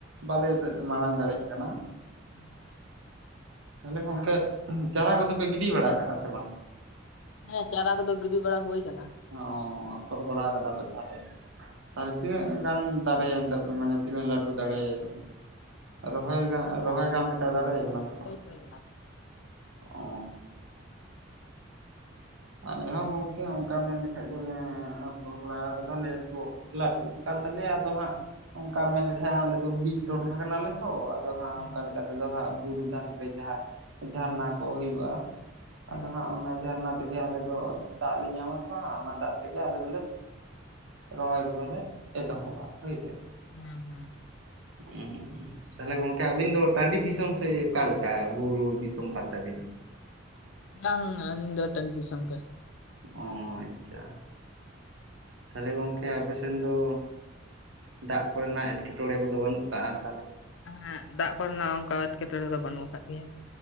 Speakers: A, on the right (about 80°); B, on the left (about 70°).
A: ᱵᱟᱞᱮ ᱢᱟᱲᱟᱝ ᱫᱟᱲᱮᱜ ᱠᱟᱱᱟ᱾
B: ᱦᱩᱸ᱾
A: ᱛᱟᱦᱞᱮ ᱜᱚᱝᱠᱮ ᱪᱟᱨᱟ ᱠᱚᱫᱚ ᱯᱮ ᱜᱤᱰᱤ ᱵᱟᱲᱟ ᱠᱟᱜᱼᱟ ᱥᱮ ᱵᱟᱝ?
B: ᱦᱮᱸ ᱪᱟᱨᱟ ᱠᱚᱫᱚ ᱜᱤᱰᱤ ᱵᱟᱲᱟ ᱦᱳᱭ ᱠᱟᱱᱟ᱾
A: ᱚ ᱟᱯᱷᱚᱨ ᱵᱟᱲᱟᱣ ᱠᱟᱫᱟ ᱯᱮ ᱛᱷᱟᱞᱮ, ᱛᱷᱟᱞᱮ ᱛᱤᱱᱟᱹᱜ ᱜᱟᱱ ᱫᱟᱨᱮᱭᱮᱱ ᱛᱟᱯᱮ ᱢᱟᱱᱮ ᱛᱤᱱᱟᱹᱜ ᱞᱟᱹᱴᱩ ᱫᱟᱲᱮᱭ ᱠᱟᱱᱟ, ᱨᱚᱦᱚᱭ ᱜᱟ ᱨᱚᱦᱚᱭ ᱜᱟᱱ ᱞᱮᱠᱟ ᱫᱟᱲᱮᱭ ᱠᱟᱱᱟ ᱥᱮ ᱵᱟᱝ?
B: ᱦᱩᱭᱩᱜ ᱠᱟᱱᱟ᱾
A: ᱚ ᱟᱞᱮ ᱦᱚᱸ ᱜᱚᱝᱠᱮ ᱚᱝᱠᱟ ᱢᱮᱱ ᱞᱮᱠᱷᱟᱡ ᱫᱚᱞᱮ ᱟᱯᱷᱚᱞ ᱵᱟᱲᱟᱣ ᱠᱟᱫᱟᱞᱮ ᱛᱚ᱾ ᱞᱟᱹᱴᱩᱜ ᱠᱟᱱ ᱛᱟᱞᱮᱭᱟ ᱟᱫᱚ ᱦᱟᱸᱜ ᱚᱝᱠᱟ ᱢᱮᱱ ᱞᱮᱠᱷᱟᱡ ᱟᱞᱮ ᱫᱚ ᱵᱤᱫ ᱴᱚᱴᱷᱟ ᱠᱟᱱᱟᱞᱮ ᱛᱚ ᱟᱫᱚ ᱦᱟᱸᱜ
B: ᱦᱩᱸ
A: ᱚᱜᱠᱟ ᱞᱮᱠᱟ ᱛᱮᱫᱚ ᱦᱟᱸᱜ ᱵᱩᱨᱩ ᱫᱷᱟᱨᱮ ᱨᱮ ᱡᱟᱦᱟᱸ ᱡᱷᱟᱨᱱᱟ ᱠᱚ ᱦᱩᱭᱩᱜᱼᱟ
B: ᱦᱩᱸ
A: ᱟᱫᱚ ᱦᱟᱸᱜ ᱚᱱᱟ ᱡᱷᱟᱨᱱᱟ ᱛᱮᱜᱮ ᱟᱞᱮ ᱫᱚ ᱫᱟᱜ ᱞᱮ ᱧᱟᱢ ᱟᱛᱚ ᱦᱟᱸᱜ ᱚᱱᱟ ᱫᱟᱜ ᱛᱮᱜᱮ ᱟᱞᱮ ᱫᱚᱞᱮ ᱨᱚᱦᱚᱭ ᱠᱚᱫᱚᱞᱮ ᱮᱛᱚᱦᱚᱵᱟ ᱦᱳᱭ ᱥᱮ᱾
B: ᱦᱩᱸ ᱦᱩᱸ᱾
A: ᱩᱸ ᱛᱟᱞᱦᱮ ᱜᱚᱝᱠᱮ ᱟᱵᱤᱱ ᱫᱚ ᱴᱟᱺᱰᱤ ᱫᱤᱥᱚᱢ ᱥᱮ ᱚᱠᱟᱞᱮ ᱠᱟ ᱵᱩᱨᱩ ᱫᱤᱥᱚᱢ ᱠᱟᱱ ᱛᱟᱵᱤᱱᱟ?
B: ᱵᱟᱝ ᱟᱞᱤᱧ ᱫᱚ ᱴᱟᱺᱰᱤ ᱫᱤᱥᱚᱢ ᱜᱮ᱾
A: ᱚ ᱟᱪᱪᱷᱟ, ᱛᱷᱟᱞᱮ ᱜᱚᱝᱠᱮ ᱟᱯᱮ ᱥᱮᱱ ᱫᱚ ᱫᱟᱜ ᱠᱚᱨᱮᱱᱟᱜ ᱮᱸᱴᱠᱮᱴᱚᱬᱮ ᱠᱚᱫᱚ ᱵᱟᱹᱱᱩᱜ ᱠᱟᱜᱼᱟ᱾ ᱛᱟᱦᱚᱞᱮ?
B: ᱮᱸ ᱦᱮᱸᱜ ᱫᱟᱜ ᱠᱚᱨᱮᱱᱟᱜ ᱚᱱᱠᱟ ᱮᱴᱠᱮᱴᱚᱬᱮ ᱫᱚ ᱵᱟᱹᱱᱩᱜ ᱠᱟᱜ ᱜᱮᱭᱟ᱾